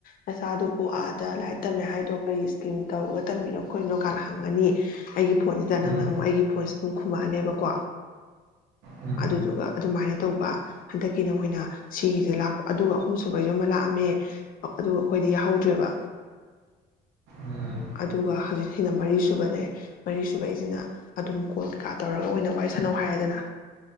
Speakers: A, on the left; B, on the right.
A: ꯅꯆꯥꯗꯨꯕꯨ ꯑꯥꯗ ꯂꯥꯏꯔꯤꯛ ꯇꯝꯃꯦ ꯍꯥꯏꯗꯣ ꯀꯔꯤ ꯏꯁꯀꯤꯝ ꯇꯧꯔꯒ ꯇꯝꯃꯤꯅꯣ ꯈꯣꯠꯂꯤꯅꯣ ꯀꯥꯏꯅ ꯍꯪꯉꯅꯤ ꯑꯩꯒꯤ ꯐꯣꯟꯁꯤꯗ ꯅꯪꯅ
B: ꯎꯝ
A: ꯑꯃꯨꯛ ꯑꯩꯒꯤ ꯐꯣꯟꯁꯤ ꯑꯗꯨꯝ ꯈꯨꯝꯃꯛꯑꯅꯦꯕꯀꯣ
B: ꯎꯝ
A: ꯑꯗꯨꯗꯨꯒ ꯑꯗꯨꯃꯥꯏꯅ ꯇꯧꯕ ꯍꯟꯗꯛꯀꯤꯅ ꯑꯣꯏꯅ ꯁꯤꯒꯤꯁꯦ ꯂꯥꯛꯄ ꯑꯗꯨꯒ ꯑꯍꯨꯝ ꯁꯕꯩꯁꯨ ꯑꯃ ꯂꯥꯛꯑꯝꯃꯦ ꯑꯗꯨꯒ ꯑꯩꯈꯣꯏꯗꯤ ꯌꯥꯍꯧꯗ꯭ꯔꯦꯕ
B: ꯎꯝ
A: ꯑꯗꯨꯒ ꯍꯧꯖꯤꯛ ꯁꯤꯅ ꯃꯔꯤ ꯁꯨꯕꯅꯦ ꯃꯔꯤ ꯁꯕꯩꯁꯤꯅ ꯑꯗꯨꯝ ꯀꯣꯜ ꯀꯩꯀꯥ ꯇꯧꯔꯒ ꯑꯣꯏꯅ ꯋꯥꯔꯤ ꯁꯥꯟꯅꯧ ꯍꯥꯏꯔꯦꯗꯅ